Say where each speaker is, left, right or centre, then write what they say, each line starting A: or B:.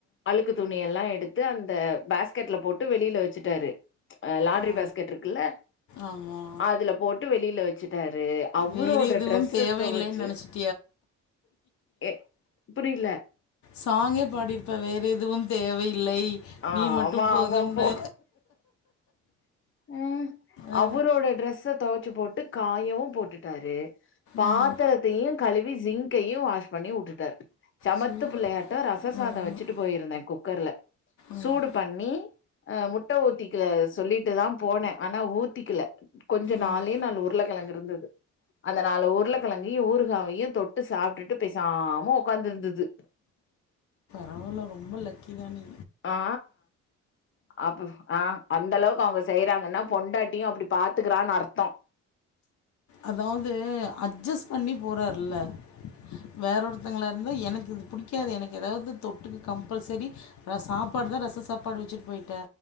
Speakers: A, on the left; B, on the left.
A: அழுக்கு துணியெல்லா எடுத்து அந்த பேஸ்க்கெட்ல போட்டு வெளியில வச்சுட்டாரு அ லாண்ட்ரி
B: ஆ
A: பேஸ்க்கெட் இருக்குல்ல
B: ஆமா
A: அதுல போட்டு வெளியில வச்சுட்டாரு அவுரோட
B: வேற எதுவும்
A: ட்ரெஸ்ஸ
B: தேவையில்லைன்னு
A: தொவச்சு
B: <unintelligible>
A: எ புரியல
B: சாங்கே பாடிருப்ப வேறெதுவும் தேவையில்லை
A: ஆ
B: நீ மட்டும்
A: ஆமா
B: போதும்னு
A: ஆமா போ ம்
B: ஆ,
A: அவரோட ட்ரெஸ்ஸ தொவச்சு போட்டு காயவு போட்டுட்டாரு பாத்தரத்தையு
B: ம்
A: கழுவி ஸிங்க்கையு வாஷ் பண்ணி உட்டுடாரு சமத்து
B: சூப்பர்
A: புள்ளையாட்டோ ரச சாதோ
B: ஆமாம்
A: வச்சுட்டு போயிருந்த குக்கர்ல
B: ம்
A: சூடு பண்ணி அ முட்ட ஊத்திக்கள அத சொல்லிட்டு தா போனே ஆனா ஊத்திக்கல கொஞ்சோ
B: ம்
A: நாலே நாலு உருளக்கெழங்கு இருந்தது அந்த நாலு உருளகெழங்கையு ஊறுகாவையு தொட்டு சாப்டுட்டு பெசாம ஒக்காந்து இருந்தது
B: பரவால்ல ரொம்ப லக்கி தா நீ
A: ஆ அப்ப ஆ அந்தளவுக்கு அவுங்க செய்றாங்கனா பொண்டாட்டியு அப்டி பாத்துக்கிறானு அர்த்தோ
B: அதாவுது அட்ஜஸ்ட் பண்ணி போறார்ல வேற ஒருத்தங்களா இருந்தா எனக்கு இது புடிக்காது எனக்கு எதாவது தொட்டுக்க கம்பல்சரி நா சாப்பாடு தா ரச சாப்பாடு வச்சுட்டு போயிட்ட